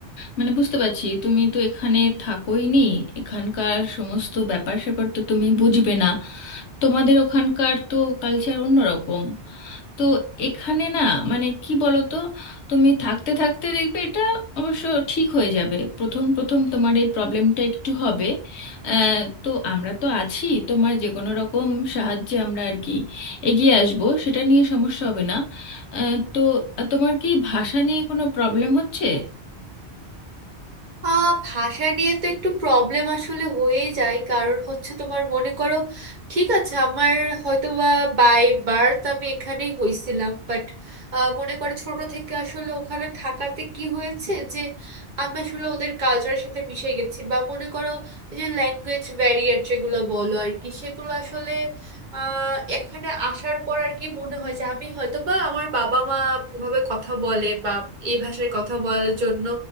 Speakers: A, on the left (about 80°); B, on the right (about 50°).
A: মানে বুঝতে পারছি তুমি তো এখানে থাকোই নি এখানকার সমস্ত ব্যাপার স্যাপার তো তুমি বুঝবে না তোমাদের ওখানকার তো কালচার অন্যরকম তো এখানে না মানে কি বলো তো তুমি থাকতে থাকতে দেখবে এটা অবশ্য ঠিক হয়ে যাবে প্রথম প্রথম তোমার এই প্রবলেমটা একটু হবে আহ, তো আমরা তো আছি তোমার যে কোনো রকম সাহায্যে আমরা আর কি এগিয়ে আসবো সেটা নিয়ে সমস্যা হবে না আহ, তো আহ, তোমার কি ভাষা নিয়ে কোনো প্রবলেম হচ্ছে
B: আহ ভাষা নিয়ে তো একটু প্রবলেম আসলে হয়েই যায় কারণ হচ্ছে তোমার মনে করো ঠিক আছে আমার হয়তো বা বাই বার্থ আমি এখানেই হয়েছিলাম বাট মনে করো ছোট থেকে আসলে ওখানে থাকাতে কি হয়েছে যে আমি আসলে ওদের কালচারের সাথে মিশে গেছি বা মনে করো এই যে ল্যাঙ্গুয়েজ ব্যারিয়ার যেগুলো বলো আর কি সেগুলো আসলে আহ এখানে আসার পর আর কি মনে হয় যে আমি হয়তো বা আমার বাবা মা এভাবে কথা বলে বা এই ভাষায় কথা বলার জন্য